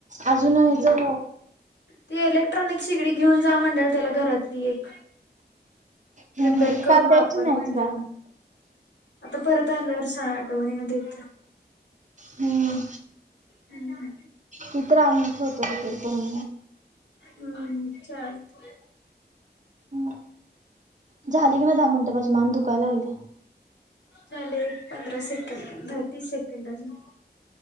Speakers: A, on the right; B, on the left.
A: अजून हेजं
B: ती इलेक्ट्रॉनिक शिगडी घेऊन जावा म्हणलेलं त्याला घरातली एक
A: हम्म
B: रिपेअर
A: हम्म
B: करून
A: काल द्यायची
B: वापर
A: नाहीच
B: म्हणलेलं
A: का
B: आता परत आल्यावर सांग आठवणीनं देते
A: हम्म
B: हम्म
A: ती तरी आणून ठेवते रिपेअर करून
B: हम्म! ! चा लत
A: हम! झाली की ना? दहा मिनटं माझी मान दुखायला गेली
B: चाले एक पंधरा सेकंड दहा तीस सेकंद अजून